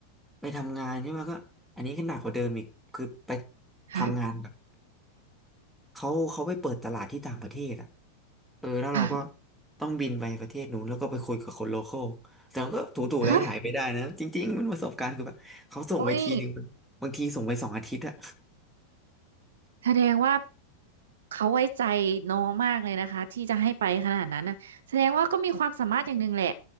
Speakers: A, in the centre; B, on the right (about 60°).
A: ไปทำงานใช่ไหมก็อันนี้ก็หนักกว่าเดิมอีกคือไป
B: ค่ะ
A: ทำงานแบบเขาเขาไปเปิดตลาดที่ต่างประเทศอ่ะเออแล้วเราก็
B: ค่ะ
A: ต้องบินไปประเทศนู้นแล้วก็ไปคุยกับคนโลคอลแต่มันก็ถูๆไถๆไปได้นะจริงๆมันประสบการณ์คือแบบเขาส่งไปทีหนึ่ง
B: ฮะโอ้ย
A: บางทีส่งไปสองอาทิตย์อะ
B: แสดงว่าเขาไว้ใจน้องมากเลยนะคะที่จะให้ไปขนาดนั้นนะแสดงว่าก็มีความสามารถอย่างหนึ่งแหละ